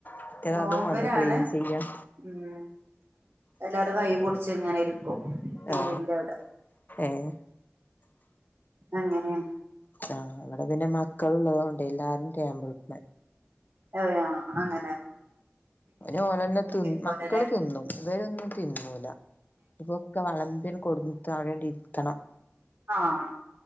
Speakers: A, on the left; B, on the right.
A: മറ്റേത്
B: നോമ്പിനാണ്
A: അതും വേണ്ടേ ക്ലീൻ ചെയ്യാൻ
B: ഉം എല്ലാരും കൈപുടിച്ചെങ്ങനെ പ്പോ ടിവിന്റെ
A: ആ
B: അവിടെ
A: ഏ
B: അങ്ങനെയാ.
A: ആഹ അവിടെ പിന്നെ മക്കളള്ളത കൊൊണ്ട് എല്ലാരും <inaudible>
B: അതേയോ അങ്ങ
A: അപലെ തന്നെ തി
B: ഇരിക്കോലല്ലേ
A: മക്കള് തിന്നും ഇവരൊന്നും തിന്നൂല ഇവൊക്കെ വളമ്പ്യൻ കൊടുിട്ട് അവിടെണ്ട ഇരിക്കണം
B: ആഹ്